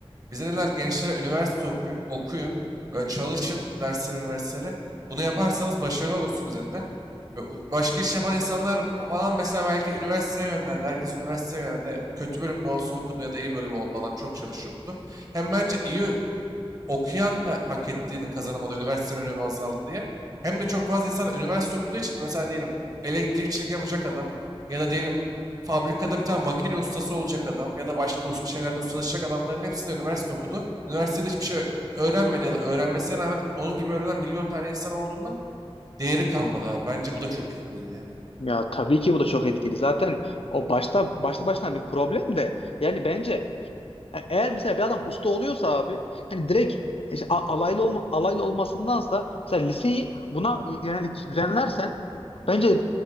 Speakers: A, on the right; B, on the left.
A: Bize dediler gençlere üniversite okuyun, okuyun. Böyle çalışın derslere, üniversitelere. Bunu yaparsanız başarılı olursunuz dediler. Ve u- Başka iş yapan insanlar falan mesela belki üniversiteye yönlendi. Herkes üniversiteye yönlendi. Kötü bölümde olsa okudu ya da iyi bölüm oldu. Adam çok çalışıyor okudu. Hem bence iyi okuyan da hak ettiğini kazanamadı, üniversitenin önemi azaldı diye. Hem de çok fazla insan üniversite okuduğu için de mesela diyelim elektrikçilik yapacak adam ya da diyelim fabrikada bir tane makine ustası olacak adam ya da başka usta şeylerde ustalaşacak adamların hepsi de üniversite okudu. Üniversitede hiçbir şey öğrenmedi ya da öğrenmesine rağmen onun gibi öğrenen milyon tane insan olduğundan değeri kalmadı abi. Bence bu da çok etkiledi ya.
B: Ya tabii ki bu da çok etkili. Zaten o başta başta başına bir problem de yani bence e- Eğer mesela bir adam usta oluyorsa abi hani direkt işte a- alaylı olma, alaylı olmasındansa mesela liseyi buna yönelik düzenlersen bence